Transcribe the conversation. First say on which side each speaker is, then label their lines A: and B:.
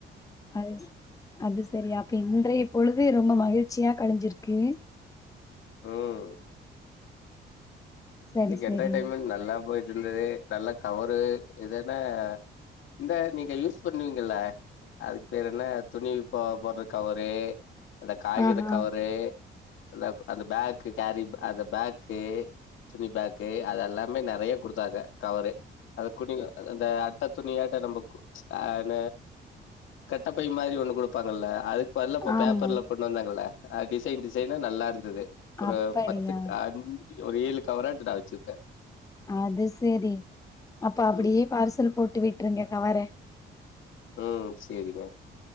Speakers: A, on the left; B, on the left.
A: அது அது சேரி அப்ப இன்றைய பொழுது ரொம்ப மகிழ்ச்சியா கழிஞ்சிருக்கு
B: ம்
A: சரி
B: இன்னிக்கு
A: சரி
B: என்டர்டெயின்மென்ட் நல்லா போயிட்டு இருந்தது நல்லா கவரு இதுன்னா இந்த நீங்க யூஸ் பண்ணுவீங்கல்ல அதுக்கு பேரு என்ன துணி போ போட்ற கவரு அந்த காகித
A: ஆஹா
B: கவரு அந்த அந்த பேக்கு கேரி அந்த பேக்கு துணி பேக்கு அதெல்லாமே நெறையா குடுத்தாங்க கவரு அத குடிங்க அந்த அட்ட துணியாட்டோ நம்ப ஆன கட்டப்பை மாரி ஒண்ணு குடுப்பாங்கல்ல அதுக் இப்ப அதுலா இப்போ
A: ஆமா
B: பேப்பர்ல கொண்டு வந்தாங்கல டிசைன் டிசைனா நல்லாருந்தது ஒரு
A: அப்படியா
B: பத்துக்கு ஆஞ்சி ஒரு ஏழு கவராட்ட நா வச்சிருக்கே
A: அது செரி அப்ப அப்புடியே
B: ம்
A: பார்சல் போட்டு விட்டுருங்க கவற
B: ம் சேரிங்க